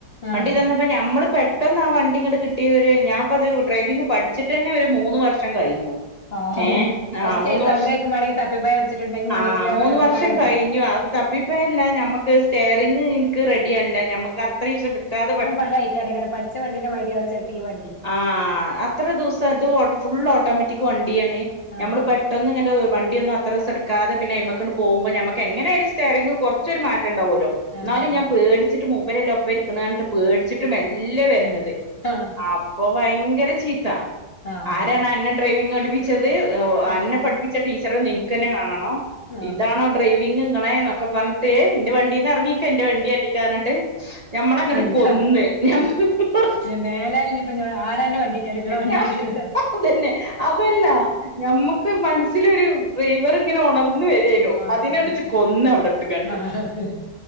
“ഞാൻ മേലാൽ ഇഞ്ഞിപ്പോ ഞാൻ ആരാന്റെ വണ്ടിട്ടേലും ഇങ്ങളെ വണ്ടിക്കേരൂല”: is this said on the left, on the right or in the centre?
Left